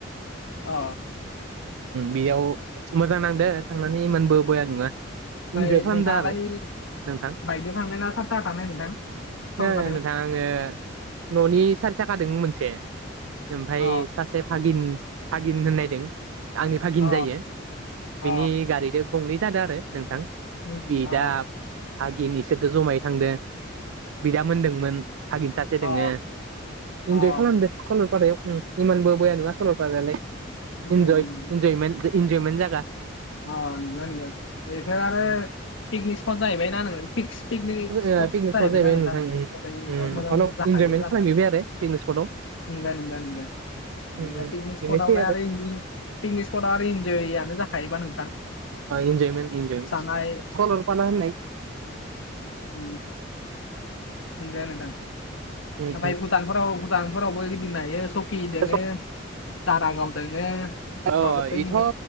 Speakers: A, on the left; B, on the right.
A: अ
B: बेयाव मोजां नांदो थांनानै इमानबो बया नङा
A: ओमफ्राय
B: इन्जय खालामदो
A: नोंथाङालाय
B: आरो नोंथां
A: बाइकदों थांनाय ना सार साहा थांनाय नोंथां। सरलपारायाव
B: ना नोंथां आङो न'नि सार् जाखादों मोनसे ओमफफ्राय
A: अ
B: सासे फागिन फागिन होननायदों आंनि फागिन
A: अ
B: जायो।
A: अ
B: बिनि गारिद गंनै जादों आरो नोंथां
A: उम
B: बिदाब
A: अ
B: हागिन इसोरजों जमायै थांदों। बिदा मोनदोंमोन फागिन सासे
A: अ
B: दोङो
A: अ
B: इन्जय खालामदो। सलपारायाव इमानबो बया नङा सलपारालाय
A: उम
B: इनजय इनजयमेन्ट इन्जयेन्ट जोन
A: अ बेोनोन एख ज आरो
B: उम
A: पिकनिक स्पट जाहैबायनाा आङो पिकनिक स्पट
B: ओ पिकनिक
A: जाहैबायना
B: जाहैबाय
A: आङो
B: नोंथां
A: दा
B: उम
A: ओरैयाव
B: उम
A: मोजां
B: अलप इन्जयमेन्ट
A: जाखायो जानाया
B: खालाम बिबाय आरो पिकनिक स्पटआव
A: <unintelligible>
B: उम
A: ए
B: उम
A: पिकनिक स्पटआवलाय
B: बेनोसै
A: आरो पिकनिक स्पट आ आरो इन्जययानो जाखायोबा नोंथां
B: एन्जयमेन्टजय
A: जानाय
B: सलाला होननाय
A: उ नंजायानोदां ओमफ्राय
B: उम
A: भुटानफोराव भुटानफोरावबो गिदिं नायायो स फ दोङो
B: उम
A: जारागाव दोङो बेफोरावबो
B: अ इथ'